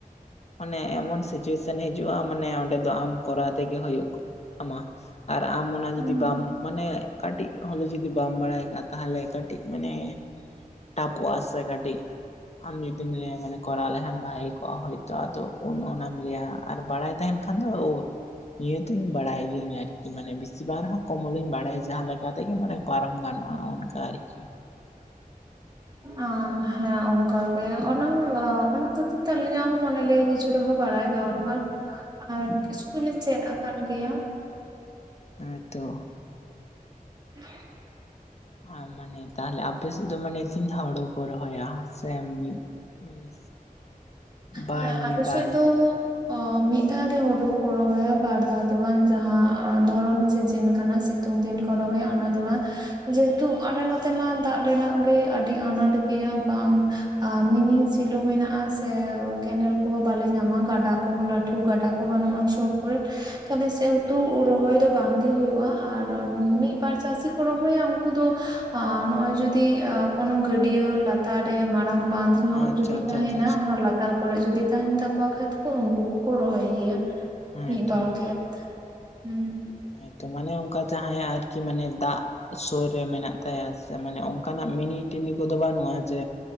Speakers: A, on the left; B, on the right.
A: ᱢᱟᱱᱮ ᱮᱢᱚᱱ ᱥᱤᱪᱩᱭᱮᱥᱟᱱ ᱦᱤᱡᱩᱜ-ᱟ ᱢᱟᱱᱮ ᱚᱸᱰᱮ ᱫᱚ ᱟᱢ ᱠᱚᱨᱟᱣ ᱛᱮᱜᱮ ᱦᱩᱭᱩᱜ ᱛᱟᱢᱟ ᱟᱨ ᱟᱢ ᱚᱱᱟ ᱡᱩᱫᱤ
B: ᱦᱩᱸ
A: ᱵᱟᱢ ᱢᱟᱱᱮ ᱠᱟᱹᱴᱤᱡ ᱦᱚᱞᱮ ᱡᱩᱫᱤ ᱵᱟᱢ ᱵᱟᱲᱟᱭ ᱠᱟᱜ-ᱟ ᱛᱟᱦᱚᱞᱮ ᱠᱟᱹᱴᱤᱡ ᱢᱟᱱᱮ ᱴᱟᱣᱜ ᱠᱚᱜ-ᱟ ᱥᱮ ᱠᱟᱹᱴᱤᱡ ᱟᱢ ᱡᱩᱫᱤᱢ ᱢᱟᱱᱮ ᱠᱚᱨᱟᱣ ᱞᱮᱠᱷᱟᱱ ᱵᱷᱟᱜᱮ ᱠᱚᱣᱟᱜ ᱦᱚᱭ... ᱛᱟ ᱟᱫᱚ ᱩᱱ ᱚᱱᱟᱢ ᱞᱟᱹᱭᱟ ᱟᱨ ᱵᱟᱲᱟᱭ ᱛᱟᱦᱮᱱ ᱠᱷᱟᱱ ᱫᱚ ᱱᱤᱭᱟᱹ ᱫᱚᱧ ᱵᱟᱲᱟᱭ ᱜᱤᱭᱟᱹᱧ ᱟᱨᱠᱤ ᱠᱤ ᱢᱟᱱᱮ ᱵᱮᱥᱤ ᱵᱟᱝ ᱨᱮᱦᱚ ᱠᱚᱢᱚᱞ ᱤᱧ ᱵᱟᱲᱟᱭᱟ ᱡᱟᱦᱟᱸ ᱞᱮᱠᱟ ᱛᱮᱜᱮ ᱢᱟᱱᱮ ᱯᱟᱨᱚᱢ ᱜᱟᱱᱚᱜ-ᱟ ᱚᱱᱠᱟ ᱟᱨᱠᱤ
B: ᱟᱸ ᱦᱮᱸ ᱚᱱᱠᱟ ᱜᱮ ᱚᱱᱟ ᱚᱱᱟ ᱠᱷᱟᱹᱛᱤᱨ ᱛᱮ ᱟᱹᱞᱤᱧᱟᱜ ᱦᱚᱸ ᱢᱚᱱᱮ ᱞᱟᱹᱭᱟ ᱠᱤᱪ ᱨᱮᱦᱚᱸ ᱵᱟᱲᱟᱭ ᱫᱚ ᱵᱟᱱᱩᱜ-ᱟ ᱟᱨ ᱠᱤᱪᱷᱩ ᱫᱩᱞᱤᱧ ᱪᱮᱫ ᱟᱠᱟᱫ ᱜᱮᱭᱟ
A: ᱦᱮᱸ ᱛᱚ
B: <inaudible>
A: ᱟᱨ ᱢᱟᱱᱮ ᱛᱟᱦᱚᱞᱮ ᱟᱢ ᱟᱯᱮ ᱥᱮᱫ ᱫᱚ ᱢᱟᱱᱮ ᱛᱤᱱ ᱫᱷᱟᱣ ᱦᱚᱲᱚ ᱠᱚ ᱨᱚᱦᱚᱭᱟ ᱥᱮ ᱢᱤᱫ ᱢᱟᱱᱮ ᱵᱟᱨ
B: ᱦᱮᱸ ᱟᱞᱮ
A: ᱵᱟᱨ
B: ᱥᱮᱫ ᱫᱚ ᱚᱸᱻ ᱢᱤᱫ ᱫᱷᱟᱣ ᱜᱮ ᱦᱩᱲᱩ ᱫᱚ ᱠᱚ ᱨᱚᱦᱚᱭᱟ ᱵᱟᱨ ᱫᱷᱟᱣ ᱫᱚ ᱵᱟᱝ ᱡᱟᱦᱟᱸ ᱫᱷᱚᱨᱚᱱ ᱥᱤᱡᱤᱱ ᱠᱟᱱᱟ ᱥᱤᱛᱩᱝ ᱫᱤᱱ ᱠᱚ ᱨᱚᱦᱚᱭᱟ ᱚᱱᱟ ᱫᱚ ᱵᱟᱝ ᱡᱮ ᱦᱮᱛᱩ ᱟᱞᱮ ᱱᱚᱛᱮ ᱢᱟ ᱫᱟᱜ ᱨᱮᱱᱟᱜ ᱜᱮ ᱟᱹᱰᱤ ᱟᱱᱟᱴ ᱜᱮᱭᱟ ᱵᱟᱝ ᱟ ᱢᱤᱱᱤ ᱥᱮᱞᱳ ᱢᱮᱱᱟᱜᱼᱟ ᱥᱮ ᱠᱮᱱᱮᱞ ᱠᱚ ᱦᱚᱸ ᱵᱟᱞᱮ ᱧᱟᱢᱟ ᱜᱟᱰᱟ ᱠᱚ ᱦᱚᱸ ᱞᱟᱹᱴᱩ ᱜᱟᱰᱟ ᱠᱚ ᱵᱟᱹᱱᱩᱜᱼᱟ ᱥᱩᱨ ᱠᱚᱨᱮ ᱛᱟᱦᱞᱮ ᱥᱮ ᱩᱛᱩ ᱨᱚᱦᱚᱭ ᱫᱚ ᱵᱟᱝᱜᱮ ᱦᱩᱭᱩᱜ-ᱟ ᱟᱨ ᱢᱤᱫᱵᱟᱨ ᱪᱟᱹᱥᱤ ᱠᱚ ᱨᱚᱦᱚᱭᱟ ᱩᱱᱠᱩ ᱫᱚ ᱟ... ᱱᱚᱜ-ᱚᱭ ᱡᱩᱫᱤ ᱠᱳᱱᱚ ᱜᱟᱹᱰᱤᱭᱟᱹ ᱞᱟᱛᱟᱨ ᱨᱮ ᱢᱟᱨᱟᱝ ᱵᱟᱸᱫᱷ
A: ᱟᱪᱪᱷᱟ
B: ᱧᱚᱜ ᱡᱩᱫᱤ
A: ᱟᱪᱪᱷᱟ
B: ᱛᱟᱦᱮᱱᱟ
A: ᱟᱪᱪᱷᱟ ᱟᱪᱪᱷᱟ
B: ᱚᱱᱟ ᱞᱟᱛᱟᱨ ᱠᱚᱨᱮ ᱡᱩᱫᱤ ᱛᱟᱦᱮᱱ ᱛᱟᱠᱚᱣᱟ ᱠᱷᱮᱛ ᱠᱚ ᱩᱱᱠᱩ ᱠᱚ ᱠᱚ ᱨᱚᱦᱚᱭ ᱜᱮᱭᱟ
A: ᱦᱮᱸᱛᱚ
B: ᱢᱤᱫ ᱵᱟᱨ ᱠᱷᱮᱛ ᱦᱩᱸ
A: ᱦᱮᱸ ᱛᱚ ᱢᱟᱱᱮ ᱚᱱᱠᱟ ᱡᱟᱦᱟᱸᱭᱟᱜ ᱟᱨᱠᱤ ᱢᱟᱱᱮ ᱫᱟᱜ ᱥᱩᱨ ᱨᱮ ᱢᱮᱱᱟᱜ ᱛᱟᱭᱟ ᱥᱮ ᱢᱟᱱᱮ ᱚᱱᱠᱟᱱᱟᱜ ᱢᱤᱱᱤ ᱴᱤᱱᱤ ᱠᱚ ᱫᱚ ᱵᱟᱹᱱᱩᱜᱼᱟ ᱡᱮ